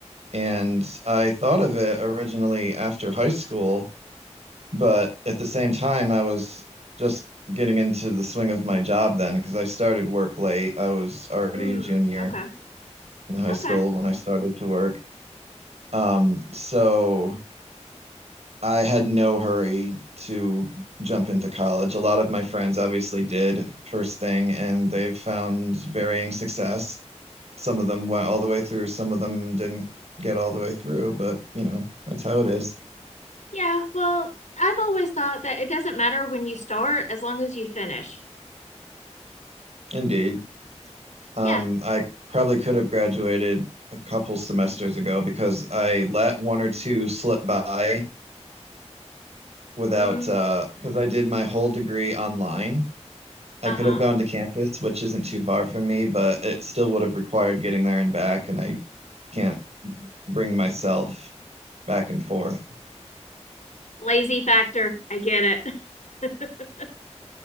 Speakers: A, on the right (about 65°); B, on the left (about 85°).
A: and I thought of it originally after high school, but at the same time, I was just getting into the swing of my job then because I started work late. I was already
B: Mm,
A: a junior
B: okay.
A: in high
B: Okay.
A: school when I started to work. Um, so I had no hurry to jump into college. A lot of my friends obviously did first thing, and they found varying success. Some of them went all the way through, some of them didn't get all the way through, but you know, that's how it is.
B: Yeah, well, I've always thought that it doesn't matter when you start as long as you finish.
A: Indeed. Um,
B: Yeah.
A: I probably could have graduated a couple semesters ago because I let one or two slip by without,
B: Mm,
A: uh, because I did my whole degree online. I
B: uh-huh.
A: could have gone to campus, which isn't too far from me, but it still would have required getting there and back, and I can't bring myself back and forth.
B: Lazy factor. I get it.